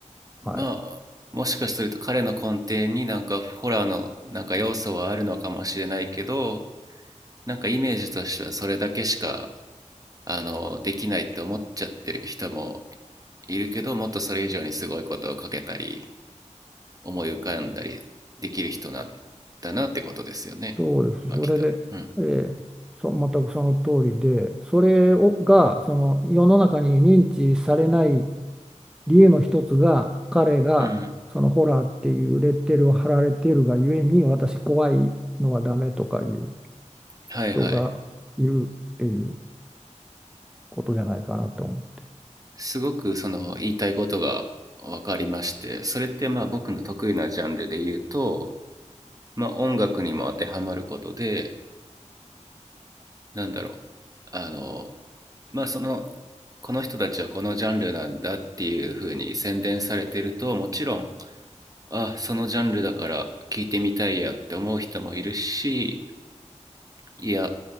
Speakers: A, in the centre; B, on the right (about 30°).
A: はい、
B: まあ、もしかすると彼の根底になんかホラーのなんか要素はあるのかもしれないけど、なんかイメージとしてはそれだけしか、あの、できないって思っちゃってる人もいるけど、もっとそれ以上にすごいことをかけたり、思い浮かんだりできる人なんだなってことですよね。
A: そうです。
B: まあ、
A: それで、
B: きっと。うん。
A: えーそ全くその通りで、それをがその世の中に認知されない理由の一つが、彼がそのホラーっていうレッテルを貼られているがゆえに、
B: うん。
A: 私怖いのはダメとかいう
B: はいはい。
A: 人がいるっていうことじゃないかなと思って。
B: すごくその言いたいことが分かりまして、それってまあ僕の得意なジャンルで言うと、まあ、音楽にも当てはまることでなんだろうあのまあそのこの人たちはこのジャンルなんだっていう風に宣伝されてるともちろんあそのジャンルだから聞いてみたいやって思う人もいるしいや